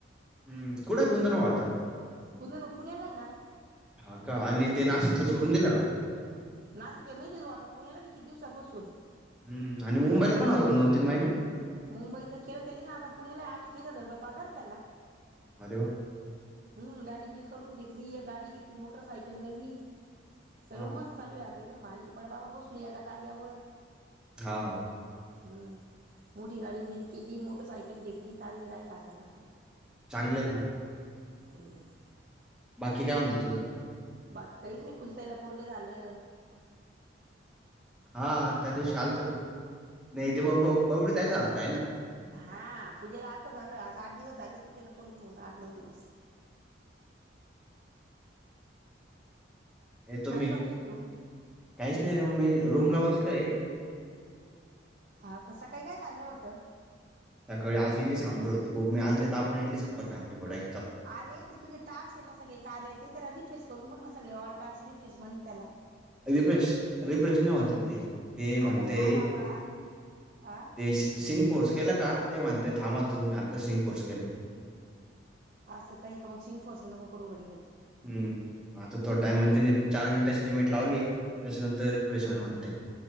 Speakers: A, in the centre; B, on the right.
A: हम्म कुट कुंदण वा आता.
B: कुदंन पुण्याला लै ना.
A: हा कां, आणि ते नाशिकच सोडून दिलं का?
B: नाशिकला नाहीचे तो, आता पुण्यालाच आहे किती दिवसापासून.
A: हम.. आणि मुंबईला
B: आ-
A: पण होतान दोन -तीन महिने.
B: मुंबईचं केलं त्यानी आता, पुण्याला अठ्ठेचाळीस हजार रुपये पगार ये त्याला.
A: अरे वा!
B: हम् गाडी निल करून घेतली, एक गाडी घेतली मोटरसायकल नवी, सगळं
A: हा
B: म चालू आता एकदम भारी बड, बाबा बसून एका जागेवर.
A: हा हा.
B: हम्म.. मोठी गाडी नील केली, मोटर सायकल घेतली तान राहिला आता कसला.
A: चांगलं आहे ना.
B: हम.
A: बाकी काय म्हणतो तुझं.
B: बाकी काहीच नाही, पुजताईला पोरगं झालं.
A: हा त्या दिवशी आलतो ना मी, नाही ते ब ब -बवडी आलतय ना.
B: हा पूजेला आत्ता झालं, आज आठ दिवस झाले पूजेला पोरगं होवून आठ नऊ दिवस.
A: ये तुम्ही
B: काय करतोय तू
A: काहीच नाही, रे मी रूम ला बसलोय.
B: हा सकाळी काय खाल्लं होतं.
A: त्याकाळी आज इडली सांबर होती, <unintelligible> इडली सांबार बडी.
B: अरे ते तुझे टाक्स आहे ना, सगळे कार्याचे त्याला रिफ्रेश करून बघ ना सगळे, ऑल टाक्स रिफ्रेश म्हणून त्याला.
A: रिफ्रेश -रिप्रेश नाही होते ते, ते
B: अरे
A: म्हणते
B: हा बाबा आ
A: ते सिंग पोर्स केलं का, ते म्हणतय थांबा तू मी आता सिंग पोर्स केलं.
B: असं काही का मग शिंको असं, नको करू घडी घडी.
A: हम्म आता तो टाइम म्हणते त्ये चार मिनिटाची लिमिट लावली. तेच्यानंतर प्रेशवेण म्हणते.